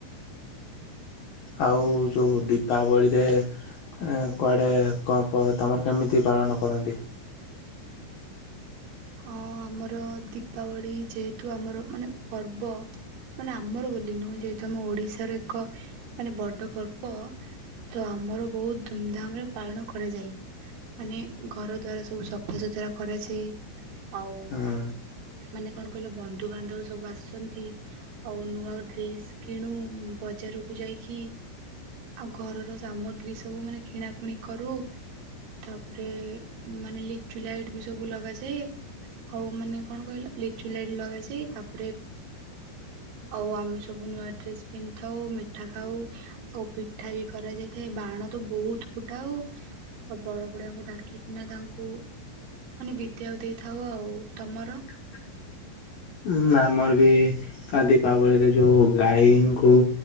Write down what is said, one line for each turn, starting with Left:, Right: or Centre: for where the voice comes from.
Left: ଆଉ ଯୋଉ ଦୀପାବଳିରେ ଏଁ କୁଆଡ଼େ କଣ ପ-ତୋମର କେମିତି ପାଳନ କରନ୍ତି?
Right: ହଁ ଆମର ଦୀପାବଳି ଯେହେତୁ ଆମର ମାନେ ପର୍ବ ମାନେ ଆମର ବୋଲି ନୁହେଁ, ଯେହେତୁ ଆମ ଓଡିଶାର ଏକ ମାନେ ବଡ ପର୍ବ। ତ ଆମର ବହୁତ ଧୁମଧାମ୍ ରେ ପାଳନ କରାଯାଏ। ମାନେ ଘର ଦ୍ୱାର ସବୁ ସ ଫଜଦରା କରାଯ। ସେ ଆଉ
Left: ହୁଁ
Right: ମାନେ କଣ କହିଲ ବନ୍ଧୁବାନ୍ଧବ ସବୁ ଆସଛନ୍ତି। ଆଉ ନୂଆ ଡ୍ରେସ୍ କିଣୁ ବଜାରକୁ ଯାଇକି। ଆଉ ଘରର ସାମଗ୍ରୀ ସବୁ ମାନେ କିଣାକୁଣି କରୁ। ତାପରେ ମାନେ ଲିଚୁ ଲାଇଟ ବି ସବୁ ଲଗାଯାଏ। ହଉ ମାନେ କଣ କହିଲ ଲିଚୁ ଲାଇଟ ଲଗାଯାଏ ତାପରେ ଆଉ ଆମେ ସବୁ ନୂଆ ଡ୍ରେସ ପିନ୍ଧିଥାଉ ମିଠା ଖାଉ। ଆଉ ପିଠା ବି କରାଯାଇଥାଏ ବାଣ ତ ବହୁତ ଫୁଟାଉ। ବଡ ବଡିଆଙ୍କୁ ଡାକିକିନା ତାଙ୍କୁ ମାନେ ବିଦ୍ୟାକୁ ଦେଇଥାଉ ଆଉ ତମର
Left: <unintelligible> ଉଁ ଆମର ବି ଦୀପାବଳିରେ ଯୋଉ ଗାଈଙ୍କୁ